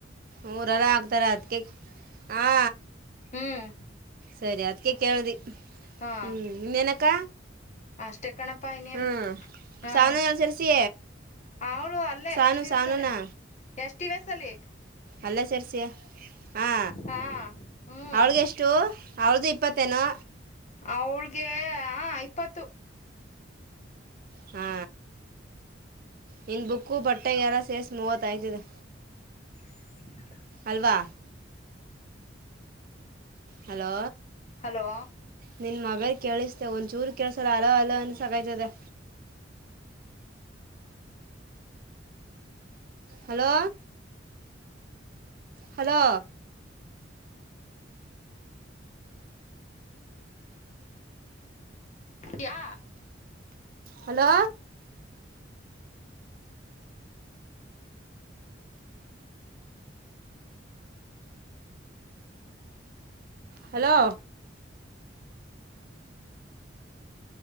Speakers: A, on the right (about 50°); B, on the left (about 40°).
A: ಮೂರಲೆ ಹಾಕ್ತಾರೆ ಅದ್ಕೆ ಹಾ
B: ಹ್ಮ್
A: ಸರಿ ಅದ್ಕೆ ಕೇಳ್ದಿ
B: ಹಾ
A: ಹ್ಮ್ ಇನ್ನೇನಕ್ಕ
B: ಅಷ್ಟೇ ಕಣಪ್ಪಾ ಇನ್ನೇನು
A: ಹ್ಞೂ
B: ಹ್ಮ್ಮ್
A: ಸಾನು ಎಲ್ಲಿ ಸೇರಿಸಿ
B: ಅವಳು ಅಲ್ಲೇ
A: ಸಾನು
B: ಎಸ್ ಟಿ
A: ಸಾನುನಾ
B: ಓಸ್ ಅಲ್ಲೇ ಎಸ್ ಟಿ ವಿ ಎಸ್ ಅಲ್ಲಿ
A: ಅಲ್ಲೇ ಸೇರ್ಸಿಯಾ? ಹಾ
B: ಹಾ ಹ್ಮ್
A: ಅವ್ಳ್ಗೆಷ್ಟು ಅವಳ್ದು ಇಪ್ಪತ್ತೇನೋ?
B: ಅವ್ಳ್ಗೆ ಹಾ ಇಪ್ಪತ್ತು.
A: ಹಾ ನಿನ್ ಬುಕ್ಕು ಬಟ್ಟೆಗೆಲ್ಲ ಸೇರ್ಸ್ ಮೂವತ್ತ್ ಆಯ್ತದೆ.
B: <inaudible>
A: ಅಲ್ವಾ? ಹಲೋ,
B: ಹಲೋ
A: ನಿನ್ ಮೊಬೈಲ್ ಕೇಳಿಸ್ ಥೂ! ಒಂಚೂರು ಕೇಳ್ಸಲ್ಲ ಹಲೋ ಹಲೋ ಅಂದ್ ಸಾಕಾಯ್ತದೆ. ಹಲೋ ಹಲೋ
B: ಯಾ
A: ಹಲೋ ಹಲೋ